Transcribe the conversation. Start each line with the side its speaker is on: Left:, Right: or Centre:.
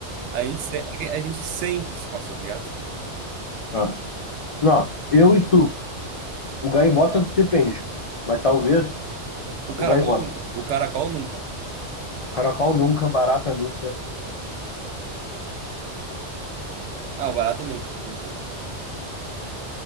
Right: A gente, se- a gente sempre se passou, tá ligado?
Left: Ah. Não, eu e tu. O gaivota depende, mas talvez
Right: O
Left: o
Right: caracol
Left: gaivota.
Right: nunca. O caracol nunca.
Left: Caracol nunca, barata nunca.
Right: Ah, o barata nunca. Nunca, nunca.